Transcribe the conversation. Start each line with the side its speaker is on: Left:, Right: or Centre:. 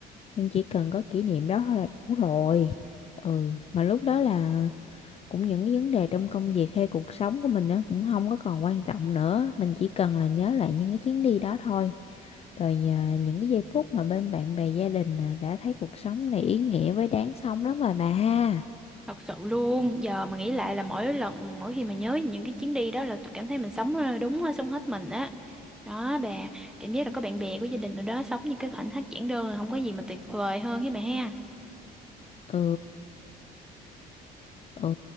Left: nhưng chỉ cần có kỷ niệm đó thôi là đủ rồi ừ mà lúc đó là cũng những cái vấn đề trong công việc hay cuộc sống của mình nữa cũng không có còn quan trọng nữa mình chỉ cần là nhớ lại những cái chuyến đi đó thôi rồi nhờ những cái giây phút mà bên bạn bè gia đình là đã thấy cuộc sống này ý nghĩa với đáng sống lắm rồi bà ha
Centre: Thật sự luôn, giờ mà nghĩ lại là mỗi lần mỗi khi mà nhớ những cái chuyến đi đó là tôi cảm thấy mình sống ờ, đúng ờ, sống hết mình á. Đó bà, cảm giác là có bạn bè, có gia đình rồi đó, sống như cái khoảnh khắc giản đơn là không có gì mà tuyệt vời hơn với bà ha.
Left: ừ ừ